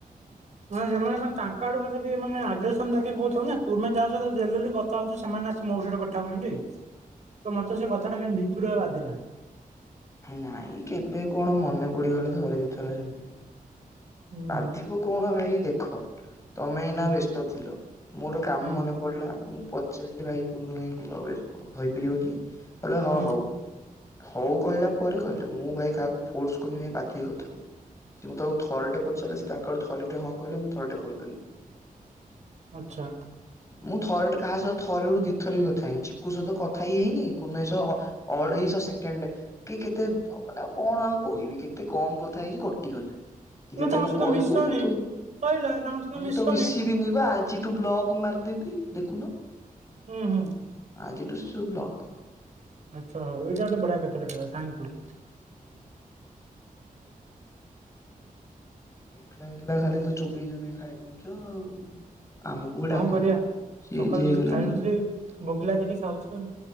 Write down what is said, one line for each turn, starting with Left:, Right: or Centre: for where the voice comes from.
Right: ହ ସେମାନେ କଣ ତାଙ୍କ ଆଡୁ ମତେ ଟିକେ ମ ଆଗେସନ କହୁଛନ୍ତି ନା ତୁମେ ଯାଛ <unintelligible> ସେମାନେ ଆସି ମୋ ସହିତ କଥା ହଉଛନ୍ତି ତ ମତେ ସେ କଥା ଟା କାଇଁ ଭିତୁଆରି ବାଧିଲା।
Left: ନାଇଁ କେବେ କଣ ମନେ ପଡିଗଲେ ଥରେ ଦୁଇଥର ସେମିତି।
Right: ହୁଁ
Left: ବାଧିବ
Right: ହୁଁ
Left: କଣ ଭାଇ ଦେଖ ତମେ
Right: ହୁଁ
Left: ନା ବ୍ୟସ୍ତ ଥିଲ ମୋର କାମ
Right: ହୁଁ
Left: ମନେ ପଡିଲା ମୁଁ ପଚାରିଲି ଭାଇ କୁନୁ ଭାଇଙ୍କୁ ଆଉ ହେଇପାରିବ କି? କହିଲେ ହଁ
Right: ହୁଁ
Left: ହଉ ହଉ କହିଲା ପରେ କହିଲେ ମୁଁ ଭାଇ କାହାକୁ ଫୋର୍ସ କନି ଭ ଵାଧୀବା କଥାକୁ। ସେ ମୁଁ ତାଙ୍କୁ ଥରଟେ ପଚାରିଲି ସେ ତାଙ୍କ ଆଡୁ ଥରେ ଟେ ହଁ କହିଲେ ମୁଁ ଥରଟେ କଲ୍ କଲି।
Right: ଆଛା।
Left: ମୁଁ ଥରଟେ କାହା ସହ ଥରେ ରୁ ଦି ଥର ବି କଥାହେଇନି ଚିକୁୁ ସତ କଥା ହଇ ହେଇନି କୁ ଅଢେଇଶ ସେକେଣ୍ଡ। କି କେତେ ମାନେ ଆଉ କଣ ଆଉ କହିବି କେତେ କମ କଥା ହେଇଛି କଟିଗଲା। ଯଦି
Right: ନା ତାଙ୍କ
Left: ତମେ
Right: ସହିତ
Left: କହିବ
Right: ମିଶନି।
Left: ମୁଁ ତମ
Right: ସଇଲା ତାଙ୍କ ସହିତ
Left: ମୁଁ
Right: ମିଶନି
Left: ତ ମିଶିବିନି ଵା ଆଜି ଟୁ ବ୍ଲକ ମାରିଦେବି ଦେଖୁନୁ।
Right: ହୁଁ ହୁଁ।
Left: ଆଜି ଟୁ ଶିଶୁ ବ୍ଲକ
Right: ଆଛା ହୋଉ ଏଇଟା ଗଟେ ବଢିଆ କଥାଟେ <unintelligible> ଥାକ୍ୟୁ।
Left: ହୁଁ। ଏକଲା ଏକଲା ଖାଲି ତ ଚୋବେଇ ଚୋବେଇ ଖାଇ ଦଉଚ ଆଉ। ଆମକୁ ବି
Right: କଣ
Left: ଡାକୁନୁ
Right: କରିବା
Left: ଚେଞ୍ଜ
Right: ସକାଳୁ
Left: ହେଇଗଲଣି
Right: କିଛି ଖାଇ ନଥିଲି
Left: ଆଉ।
Right: ଭୋକିଲା ଥିଲି ଖାଉଛି ଆଉ